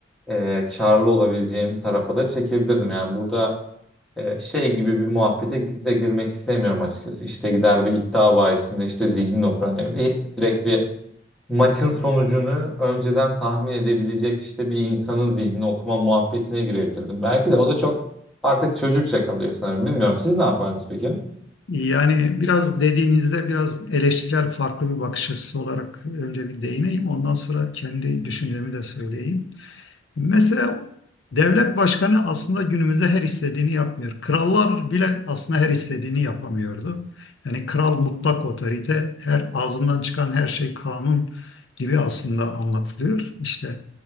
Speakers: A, in the centre; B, on the left.
A: e, karlı olabileceğim tarafa da çekebilirdim. Yani burada e, şey gibi bir muhabbete de girmek istemiyorum açıkçası. İşte gider bir iddia bahisinde işte zihnini okur. Hani bir, direkt bir maçın sonucunu önceden tahmin edebilecek işte bir insanın zihnini okuma muhabbetine girebilirdim. Belki de o da çok artık çocukça kalıyor sanırım. Bilmiyorum. Siz ne yapardınız peki?
B: Yani biraz dediğinizde biraz eleştirel farklı bir bakış açısı olarak önce bir değineyim. Ondan sonra kendi düşüncemi de söyleyeyim. Mesela devlet başkanı aslında günümüzde her istediğini yapmıyor. Krallar bile aslında her istediğini yapamıyordu. Yani kral mutlak otorite, her ağzından çıkan her şey kanun gibi aslında anlatılıyor işte.